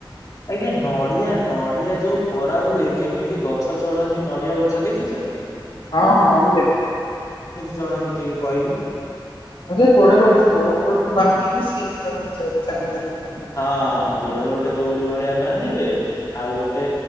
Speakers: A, on the left (about 40°); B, on the left (about 80°).
A: ଆଜ୍ଞା, ନଢ଼ିଆ ନଢ଼ିଆ ଯୋଉ ପରା ହୁଏ, କେମିତି ଗ ଗଛ ଚଢନ୍ତି, ନଡିଆ ଗଛ ଦେଖିଛନ୍ତି?
B: ହଁ ହଁ, ମୁଁ ଦେଖିଛି।
A: ଚଢ଼ନ୍ତି ଟିକେ କହିଲେ?
B: ଆରେ ଗୋଡରେ ଗୋଟେ ଦଉଡ଼ି ଗୋଟେ ଭଳିଆ ବାନ୍ଧି ଦେଇକି, ସେଇ ହିସାବରେ ଚାଲି ଚାଲିଥାନ୍ତି ଆଉ।
A: ହଁ ଗୋଡ଼ରେ ଗୋଟେ ଦଉଡି ଭଳିଆ ବାନ୍ଧିବେ, ଆଉ ଗୋଟେ